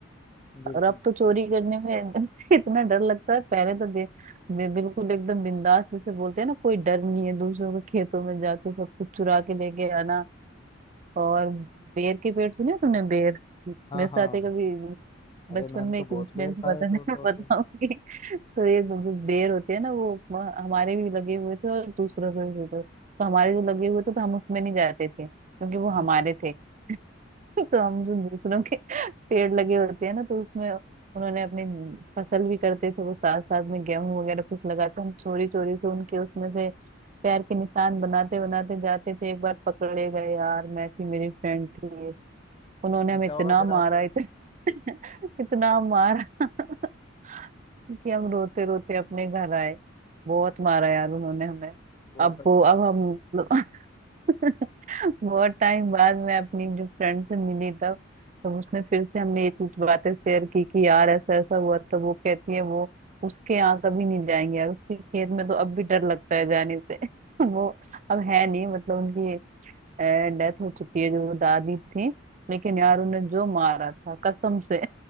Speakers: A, on the left; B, on the right.
A: बिल्कुल
B: और अब तो चोरी करने में <laughs> इतना डर लगता है पहले तो बे, बे, बिल्कुल एकदम बिंदास जैसे बोलते हैं ना कोई डर नहीं है दूसरों के खेतों में जाके सब कुछ चुरा के लेके आना और बेर के पेड़ सुने तुमने बेर मेरे
A: हाँ
B: साथ
A: हाँ
B: ही कभी
A: अरे
B: बचपन
A: मैंने
B: में
A: तो
B: एक
A: बहुत
B: इंसिडेंट
A: बेर
B: हुआ
A: खाए
B: था <laughs> मैं
A: तोड़ तोड़ के
B: बताऊंगी तो ये जो जो बेर होते हैं ना वो म- हमारे भी लगे हुए थे और दूसरों के भी थे तो हमारे जो लगे हुए थे तो हम उसमें नहीं जाते थे क्योंकि वो
A: <laughs>
B: हमारे थे <laughs> तो हम जो दूसरों के <laughs> पेड़ लगे होते हैं ना तो उसमें उन्होंने अपनी फसल भी करते थे वो साथ साथ में गेहूं वगैरह कुछ लगा तो हम चोरी चोरी से उनके उसमें से पैर के निशान बनाते बनाते जाते थे एक बार पकड़े गए यार मैं थी मेरी फ्रेंड थी उन्होंने
A: पीता
B: हमें इतना
A: होगा फिर
B: मारा
A: आपको
B: इतना <laughs> इतना मारा <laughs> कि हम रोते रोते अपने घर आए बहुत मारा
A: अरे
B: यार उन्होंने हमें
A: बहुत
B: अब
A: अच्छा
B: वो अब हम <laughs> बहुत टाइम बाद मैं अपनी जो फ्रेंड से मिली तब तब उसने फिर से हमने ये चीज बातें शेयर की कि यार ऐसा ऐसा हुआ तो वो कहती है वो उसके यहाँ कभी नहीं जाएंगे यार उसके खेत में तो अब भी डर लगता है जाने से <laughs> वो अब है नहीं मतलब उनकी डेथ
A: हम्म,
B: हो चुकी है जो वो दादी थी लेकिन
A: हम्म,
B: यार उन्हें जो मारा था कसम से